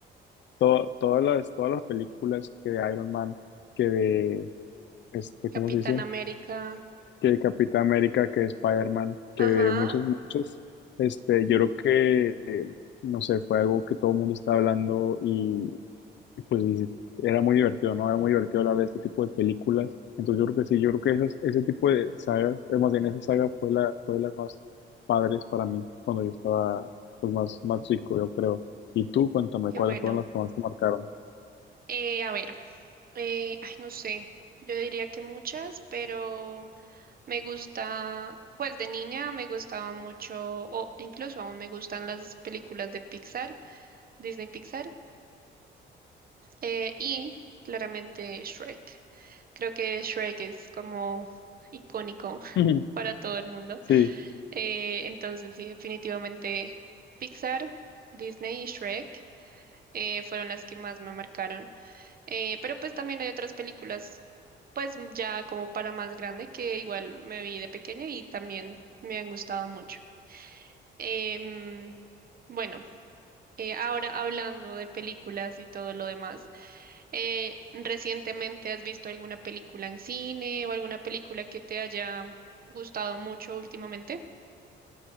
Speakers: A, on the left; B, on the right.
A: to- todas las, todas las películas que de Iron Man, que de, este,
B: Capitán
A: ¿cómo se dice?
B: América.
A: que Capitán América, que Spider-Man,
B: Ajá,
A: que muchos, muchos, este, yo creo que, eh, no sé, fue algo que todo el mundo estaba hablando y, y pues y era muy divertido, ¿no? Era muy divertido hablar de este tipo de películas. Entonces yo creo que sí, yo creo que esas- ese tipo de sagas, es más bien esa saga fue la, fue de las más padres para mí cuando yo estaba pues más, más chico, yo creo. Y tú, cuéntame,
B: qué
A: ¿cuáles
B: bueno.
A: fueron las que más te marcaron?
B: Eh, a ver, eh, ay, no sé, yo diría que muchas, pero me gusta, pues de niña me gustaba mucho, o incluso aún me gustan las películas de Pixar, Disney Pixar, eh, y claramente Shrek. Creo que Shrek es como icónico <laughs>
A: <laughs>
B: para todo el mundo.
A: Sí.
B: Eh, entonces, sí, definitivamente Pixar, Disney y Shrek eh, fueron las que más me marcaron. Eh, pero pues también hay otras películas, pues ya como para más grande, que igual me vi de pequeña y también me han gustado mucho. Em, bueno, eh, ahora hablando de películas y todo lo demás, eh, ¿recientemente has visto alguna película en cine o alguna película que te haya gustado mucho últimamente?